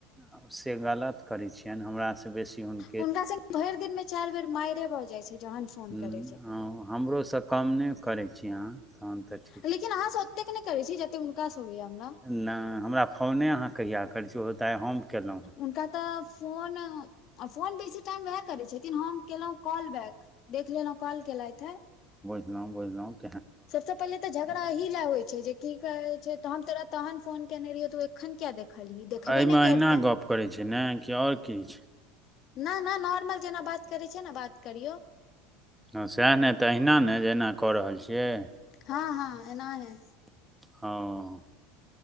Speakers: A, in the centre; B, on the left.
A: आब से गलत करै छियैन हमरासे बेसी हुन
B: हुनका संग भैर दिन मे चार बेर मारे भऽ जाइ छै, जहन फोन
A: हुं
B: करै छथिन
A: हां हमरो से कम नै करै छी अहाँ तहन तऽ ठी
B: लेकिन अहाँ से ओतैक नै करै छी जते हुनका से होइयै हमरा।
A: नै हमरा फोने अहाँ कहिया करै छी उहो तऽ आइ हम केलौ।
B: हुनका तऽ फोन अ फोन बेसी टाइम उहै करै छथिन, हम केलौ कॉल बैक। देख लेलो कॉल केलैथ ए
A: नै बुझलौ।
B: सबसे पहिले तऽ झगड़ा एही लए होइ छै जे की कहै छै तऽ हम तोरा तहन फोन केने रहियौ तू एखन किया देखलही देखबे
A: एहिमे
B: नै
A: अहिना
B: कैरते।
A: गप करै छै नै कि और किछ?
B: न-न नॉर्मल जेना बात करै छीयै ने बात करियौ।
A: हाॅं सैह नै तऽ अहिना नै जेना कऽ रहल छिये?
B: हाॅं हाॅं एनाहे।
A: हाॅं।